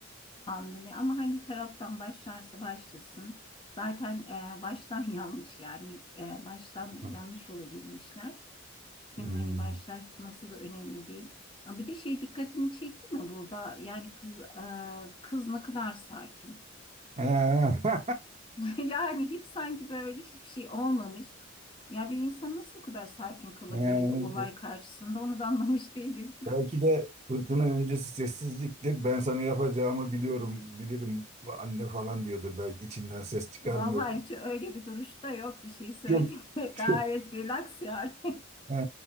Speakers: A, on the left; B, on the right.
A: Pandemi ama hangi taraftan başlarsa başlasın. Zaten e, baştan <laughs> yanlış yani e, baştan
B: Ha.
A: yanlış yola girmişler. Kim
B: Hmm.
A: hani başlatması da önemli değil. Ama bir de şey dikkatini çekti mi burada? Yani kız e, kız ne kadar sakin.
B: Ee, <laughs>
A: <laughs> Yani hiç sanki böyle hiçbir şey olmamış. Ya bir insan nasıl o kadar sakin kalabilir
B: yani
A: bir olay karşısında onu da anlamış değilim.
B: Belki de fırtına öncesi sessizliktir. Ben sana yapacağımı biliyorum, bilirim anne falan diyordur. Belki içinden ses
A: <laughs>
B: çıkarmıyordur.
A: Vallahi hiç öyle bir duruşta yok bir şey söyleyeyim.
B: Çok,
A: mi?
B: çok-
A: <laughs> Gayet relax yani.
B: Ha,